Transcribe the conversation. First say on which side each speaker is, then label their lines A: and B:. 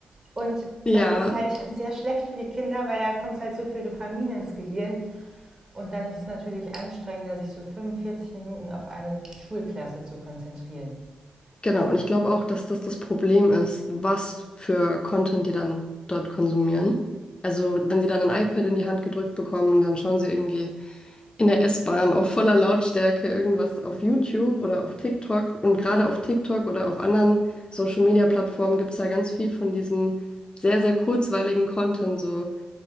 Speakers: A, on the right (about 30°); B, on the left (about 35°).
A: Und
B: Ja,
A: das ist halt <laughs> sehr schlecht für die Kinder, weil da kommt halt so viel Dopamin ins Gehirn, und dann ist es natürlich anstrengender, sich so 45 Minuten auf eine Schulklasse zu konzentrieren.
B: genau. Und ich glaube auch, dass das das Problem ist, was für Content die dann dort konsumieren. Also, wenn sie dann ein iPad in die Hand gedrückt bekommen und dann schauen sie irgendwie in der S-Bahn auf voller Lautstärke irgendwas auf YouTube oder auf TikTok. Und gerade auf TikTok oder auf anderen Social-Media-Plattformen gibt es ja ganz viel von diesem sehr, sehr kurzweiligen Content, so